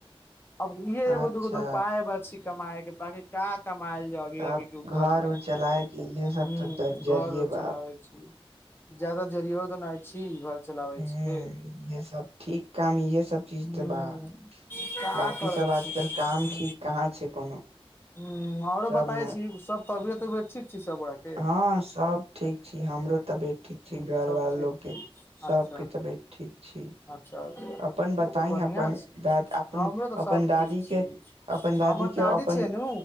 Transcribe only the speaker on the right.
अच्छा
तब
घर
उर चलाय के इहे
सब तऽ जरिये
बा
हूँ
इहे सब ठीक काम इहे सब चीज
तऽ बा
बाकी
सब आजकल
काम ठीक कहाँ छै कोनो
सबमे
हँ सब ठीक छी हमरो तबियत ठीक
छी घरवाल
लोको
के सबके
तबियत ठीक छी
अपन बताई
अपन
दाद अपन
अपन
दादी
के
अपन
के
अपन